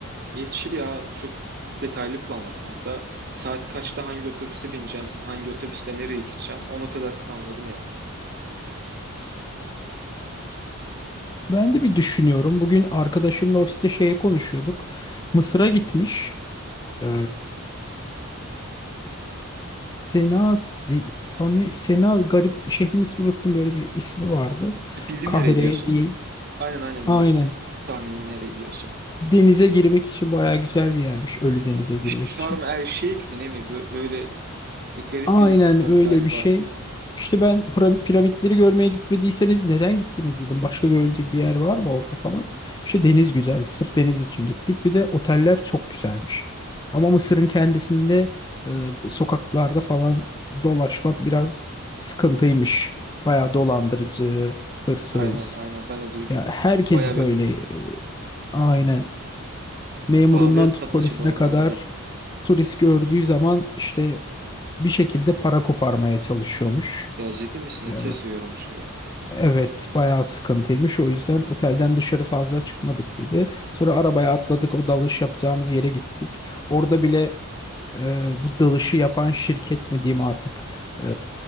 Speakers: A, on the right (about 45°); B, on the left (about 20°).
A: Yetişir ya. Çok detaylı planladım. Hatta saat kaçta hangi otobüse bineceğim, hangi otobüsle nereye gideceğim ona kadar planladım yani.
B: Ben de bir düşünüyorum. Bugün arkadaşımla ofiste şeye konuşuyorduk. Mısır'a gitmiş. Ee, Sena, Sena, Sena garip şehrin ismini unuttum. Böyle bir ismi vardı.
A: E, Bildim
B: Kahire
A: nereye diyorsun.
B: değil.
A: Aynen aynen
B: Aynen.
A: bildim tahmini nereye diyorsun.
B: Denize girmek için bayağı güzel bir yermiş. Ölü denize girmek
A: Şarm
B: için.
A: El Şeyh mi ne mi? Bö- Böyle bir garip
B: Aynen
A: bir ismi var
B: öyle
A: galiba.
B: bir şey. İşte ben pra- piramitleri görmeye gitmediyseniz neden gittiniz dedim. Başka görülecek bir yer var mı orada falan. İşte deniz güzeldi. Sırf deniz için gittik. Bir de oteller çok güzelmiş. Ama Mısır'ın kendisinde e, sokaklarda falan dolaşmak biraz sıkıntıymış. Bayağı dolandırıcı, hırsız.
A: Aynen aynen ben de duydum.
B: Ya herkes
A: Baya bir
B: böyle e, aynen memurundan
A: pahalıya satma
B: tut polisine
A: çabaları
B: kadar
A: var.
B: turist gördüğü zaman işte bir şekilde para koparmaya çalışıyormuş.
A: Ya ciddi misin? İlk
B: Ee,
A: kez duyuyorum bu şeyi.
B: evet bayağı sıkıntıymış. O yüzden otelden dışarı fazla çıkmadık dedi. Sonra arabaya atladık o dalış yapacağımız yere gittik. Orada bile e, bu dalışı yapan şirket mi diyeyim artık e,